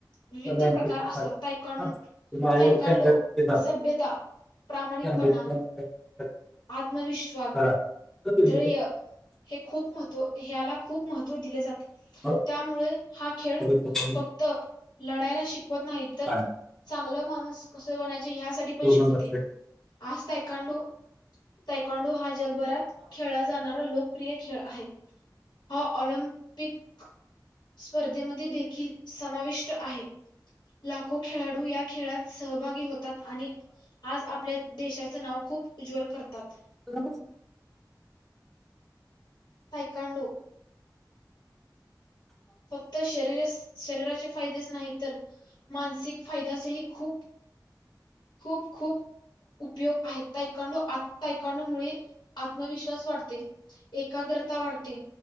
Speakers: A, in the centre; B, on the left.
A: त्या
B: विविध
A: बँकेचं
B: प्रकार असतात
A: सायबा.
B: तयकन
A: हा. ते माझ्यावर कॅमेरा
B: ड
A: घेतात.
B: सभ्यता प्रामाणिकपणा
A: कॅमेराची बँक काय- काय
B: आत्मविश्वास
A: करा. तर ते
B: ्रय
A: लिहिलं.
B: हे खूप मह ह्याला खूप महत्त्व दिले जाते
A: बरं.
B: त्यामुळे हा खेळ
A: परत आपण
B: फक्त लढायला शिकवत नाही तर
A: काढलं.
B: चांगलं मा बस कसं बनाय ह्यासाठीठी पण
A: पूर्ण
B: शिकवते
A: नसेल.
B: आस्त इई कडो तायकंडो हा जगभरात खेळला जाणारा लोकप्रिय खेळ आहेत हो ऑलिमपिक स्पर्धेमध्ये देखील समाविष्ट आहे लाखो खेळाडू या खेळात सहभागी होतात आणि आज आपल्या देशाचं नाव खूप उज्ज्वल करतात
A: बर
B: पैकाडू फक्त शरीर शरीराचे फायदेच नाही तर मानसिक फायदा सहित खू खूप खूप उपयोग आहेत कडू कामुळे आत्मविश्वास वाढते एकाग्र वाढते